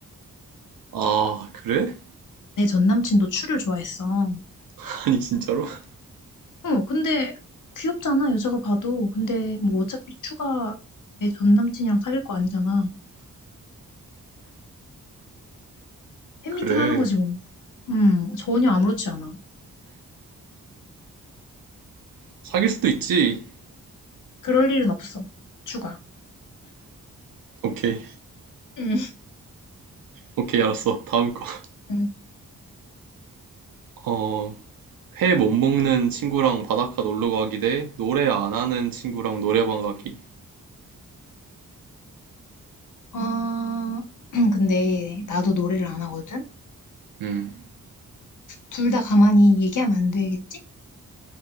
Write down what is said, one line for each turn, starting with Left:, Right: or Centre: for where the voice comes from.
Right: 아, 그래?
Left: 내 전남친도 추를 좋아했어.
Right: <laughs> 아니, 진짜로? <laughs>
Left: 어, 근데 귀엽잖아, 여자가 봐도. 근데 뭐 어차피 추가 내 전남친이랑 사귈 거 아니잖아. 팬미팅
Right: 그래.
Left: 하는 거지 뭐. 음, 전혀 아무렇지 않아.
Right: 사귈 수도 있지.
Left: 그럴 일은 없어. 추가.
Right: 오케이.
Left: 응.
Right: 오케이, 알았어. 다음 거.
Left: 응.
Right: 어, 회 못 먹는 친구랑 바닷가 놀러 가기 대 노래 안 하는 친구랑 노래방 가기.
Left: 아, <clears throat> 근데 나도 노래를 안 하거든?
Right: 음,
Left: 둘 다 가만히 얘기하면 안 되겠지?